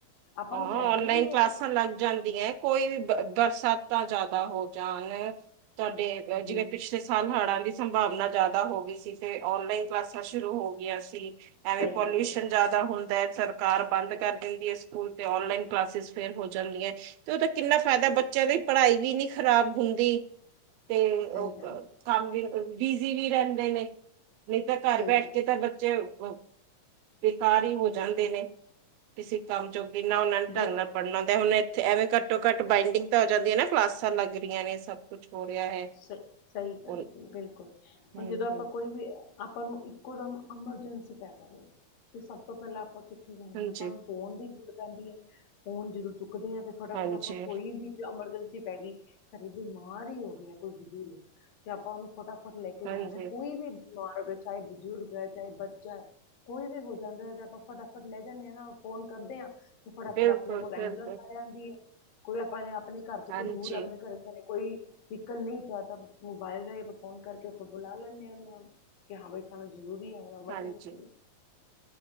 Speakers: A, on the left (about 70°); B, on the right (about 80°).
A: ਆਪਾਂ
B: ਹਾਂ।
A: ਨੂੰ ਫਾਇਦਾ
B: ਆਨਲਾਈਨ
A: ਵੀ
B: ਕਲਾਸਾਂ
A: ਹੈ ਇਹ ਚੀਜ਼।
B: ਲਗ ਜਾਂਦੀ ਹੈਂ‌। ਕੋਈ ਵੀ ਬਰਸਾਤਾਂ ਜਿਆਦਾ ਹੋ ਜਾਣ ਤੁਹਾਡੇ
A: ਜੀ
B: ਜਿਵੇਂ ਪਿਛਲੇ। ਸਾਲ ਹੜਾਂ ਦੀ ਸੰਭਾਵਨਾ ਜਿਆਦਾ ਹੋ ਗਈ ਸੀ। ਤੇ ਓਨਲਾਈਨ ਕਲਾਸਾਂ ਸ਼ੁਰੂ ਹੋ ਗਿਆਂ ਸੀ। ਐਵੇਂ
A: ਸਹੀ
B: ਪੋਲਿਊਸ਼ਨ
A: ਗੱਲ ਹੈ
B: ਜਿਆਦਾ ਹੁੰਦਾ ਹੈ। ਸਰਕਾਰ ਬੰਦ ਕਰ ਦਿੰਦੀ ਹੈ। ਸਕੂਲ ਤੇ ਅਨਲਾਈਨ ਕਲਾਸਿਸ ਫੇਰ ਹੋ ਜਾਂਦੀਆਂ। ਤੇ ਉਹਦਾ ਕਿੰਨਾ ਫ਼ਾਇਦਾ ਬੱਚਿਆਂ ਦੀ ਪੜ੍ਹਾਈ ਵੀ ਨਹੀਂ ਖ਼ਰਾਬ ਹੁੰਦੀ। ਤੇ ਉਹ
A: ਸਹੀ ਗੱਲ
B: ਕੰਮ ਵੀ ਬਿਜੀ ਵੀ ਰਹਿੰਦੇ ਨੇ। ਨਹੀਂ ਤਾਂ ਘਰ
A: ਸਹੀ
B: ਬੈਠ
A: ਗੱਲ
B: ਕੇ ਤਾਂ ਬੱਚੇ। ਬੇਕਾਰ ਹੀ ਹੋ ਜਾਂਦੇ ਨੇ। ਕਿਸੇ ਕੰਮ ਜੋਗੇ ਨਾਂ ਉਹਨਾਂ ਨੇ
A: ਬਿਲਕੁਲ
B: ਢੰਗ ਨਾਲ। ਪੜ੍ਹਨਾ ਤੇ ਹੁਣ ਇੱਥੇ ਐਵੇਂ ਘੱਟੋ ਘੱਟ ਬਾਈੰਡਿੰਗ ਤਾਂ ਹੋ ਜਾਂਦੀਆਂ ਨਾ ਕਲਾਸਾਂ ਲੱਗ ਰਹੀਆਂ ਨੇ ਸਭ। ਕੁਛ ਹੋ ਰਿਹਾ ਹੈ।
A: ਸਹੀ ਸਹੀ ਗੱਲ
B: ਹਮ
A: ਸੀ। ਬਿਲਕੁਲ ਹੁਣ
B: ਹਮ
A: ਜਦੋਂ ਆਪਾਂ ਕੋਈ ਵੀ। ਆਪਾਂ ਨੂੰ ਇੱਕੋ ਦਮ ਐਮਰਜੈਂਸੀ ਪੈ ਜਾਵੇ ਤੇ ਸਭ ਤੋਂ ਪਹਿਲਾਂ ਆਪਾਂ ਕਿੱਥੇ ਜਾਦੇਂ
B: ਹਾਂਜੀ
A: ਹਾਂ ਆਪਾਂ ਨੂੰ। ਫੋਨ ਦੀ ਲੋੜ ਪੈਂਦੀ ਹੈ। ਫੋਨ ਜਦੋਂ ਚੁੱਕਦੇ ਹਾਂ ਤੇ ਫਟਾਫਟ
B: ਹਾਂਜੀ
A: ਆਪਾਂ ਕੋਈ ਵੀ। ਐਮਰਜੈਂਸੀ ਪੈ ਗਈ ਘਰੇ ਬਿਮਾਰ ਹੀ ਹੋ ਗਿਆ। ਕੋਈ ਬਜ਼ੁਰਗ ਤੇ ਆਪਾਂ ਉਹਨੂੰ। ਫਟਾਫਟ ਲੈ ਕੇ
B: ਹਾਂਜੀ
A: ਜਾਣਾ ਕੋਈ ਵੀ ਬਿਮਾਰ ਹੋ ਗਿਆ ਚਾਹੇ ਬਜ਼ੁਰਗ ਹੈ। ਚਾਹੇ ਬੱਚਾ ਹੈ। ਕੋਈ ਵੀ ਹੋ ਜਾਂਦਾ। ਤੇ ਆਪਾਂ ਫਟਾਫਟ ਲੈ ਜਾਂਦੇ ਹਾਂ ਨਾ ਫੋਨ ਕਰਦੇ ਹਾਂ। ਫਟਾਫਟ
B: ਬਿਲਕੁਲ
A: ਆਪਣੇ ਕੋਲ ਐਬੂਲੈਂਸ
B: ਬਿਲਕੁਲ
A: ਆ ਜਾਂਦੀ ਹੈ। ਕੋਈ ਆਪਾਂ ਨੇ ਆਪ। ਆਪਣੇ ਘਰ ਤੋਂ
B: ਹਾਂਜੀ
A: ਕੋਈ ਦੂਰ ਆਪਣੇ ਘਰ ਤੋਂ ਕੋਈ। ਨਿਕਲ ਨਹੀਂ ਪਿਆ ਤਾਂ ਮੋਬਾਇਲ ਰਾਹੀ ਆਪਾਂ ਫੋਨ ਕਰਕੇ ਉੱਥੋਂ ਬੁਲਾ ਲੈਂਦੇ ਹ ਉਹਨਾਂ ਨੂੰ। ਕਿ ਹਾਂ ਬਾਈ ਸਾਨੂੰ ਜ਼ਰੂਰੀ ਹੈ। ਐਮਰਜੈਂਸੀ
B: ਹਾਂਜੀ
A: ਹੈ।